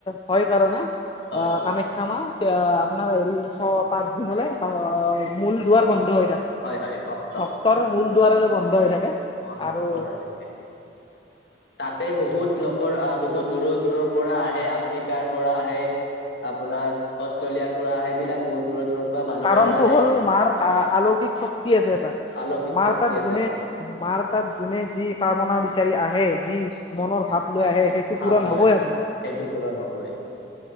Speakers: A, on the left (about 25°); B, on the left (about 65°).
A: হয় কাৰণে
B: হয়
A: আহ, কামাখ্যা মা আপোনাৰ চ পাঁচ দিনলৈ মূল দুৱাৰ
B: ভক্ত
A: বন্ধ হৈ থাকে,
B: হয় হয় ভক্ত
A: ভক্তৰ মূল দুৱাৰ বন্ধ হৈ থাকে।
B: <unintelligible>
A: আৰু
B: তাতে বহুত লোকৰ বহুত দূৰৰ দূৰৰ পৰা আহে, আফ্ৰিকাৰ পৰা আহে। আপোনাৰ অষ্ট্ৰেলিয়াৰ পৰা, সেইবিলাক বহুত দূৰৰ দূৰৰ পৰা মানুহবোৰ
A: কাৰণটো
B: আহে।
A: হ'ল মাৰ আলৌকিক শক্তি আছে এটা,
B: আলসিক
A: মাৰ
B: শক্তি
A: তাত
B: আছে
A: যোনে
B: আমাৰ
A: মাৰ তাত যোনে যি কামনা বিচাৰি আহে, যি মনৰ ভাৱ লৈ আহে, সেইটো
B: ভাৱ
A: পূৰণ
B: লয়
A: হ'বই আপোনাৰ।
B: সেইটো, পূৰণ হ'বই।